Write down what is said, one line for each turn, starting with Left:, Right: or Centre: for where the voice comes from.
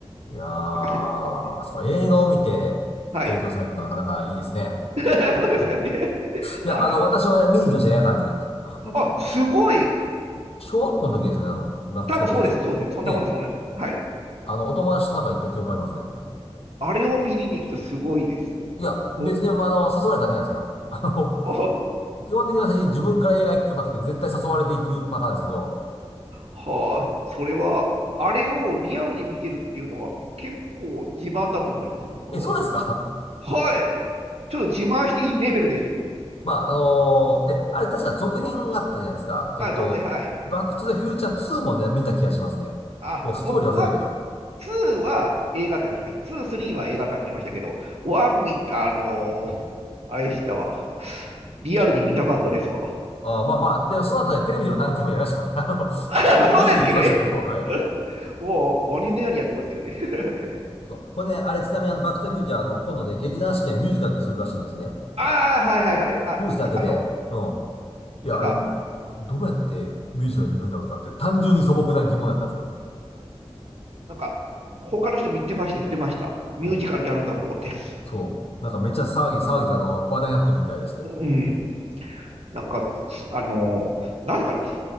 Left: いやー、
Right: 博士だろうって。
Left: そう、映画を見て影響されたのはなかなかいいですね。
Right: はい。<laughs> そうですかね。
Left: いや、
Right: 博士。
Left: あの、私は見に行きました、映画館に。あれも、
Right: あ、すごい。
Left: し小学校の時ですよね、あの、バックトゥザフューチャー。
Right: 多分そうです、そうです。そんなもんです、
Left: ね、
Right: そんなもんです。はい。
Left: あの、お友達となんか行った記憶ありますね。
Right: あれを見に行くとすごいですよ。
Left: いや、別に、
Right: お、
Left: まあ、あの、誘われただけなんですけど、<laughs> あの、
Right: お
Left: 基本的に私自分から映画行くことなくて絶対誘われていくパターンですけど、
Right: はあ、それは、あれをリアルで見てるっていうのは結構自慢だと思います、僕は。
Left: え、そうですか
Right: はい。ちょっと自慢していいレベルですよ。
Left: まあ、あのーで、あれ確か続編があったじゃないですか。えっと、
Right: あ、続編、はい。
Left: バックトゥザフューチャー2もね、見た気がしますね。
Right: あ、
Left: もうストーリー忘れたけど。
Right: 僕は2は映画館行きました。2、3は映画館行きましたけど、1見、あのーあれでしたわ。リアルに見たかったですわ。
Left: あーまあまあ、でもその後ね、テレビでも何回もやりましたからね。<laughs> あの、
Right: <laughs>
Left: 家家で見れましたけど、
Right: まあそうですけどね。
Left: はい。
Right: <laughs> もう鬼のようにやってますけどね。<laughs>
Left: そう。これね、あれちなみにあの、バックトゥザフューチャー、あの、今度ね、劇団四季はミュージカルでするらしいんですね。
Right: ああ、はいはいはい。あ、
Left: ニュースになってて、
Right: いあの、
Left: うん。いや、
Right: なんか、
Left: あれ、どうやってミュージカルできるんだろうとかって、単純に素朴な疑問だったんですけど。
Right: なんか、他の人も言ってました、言ってました。ミュージカルやるんだと思って。
Left: うん。そう。なんかめっちゃ騒ぎ、騒ぎであの、話題になってるみたいでして。
Right: うん。なんか、あのー、なんすか、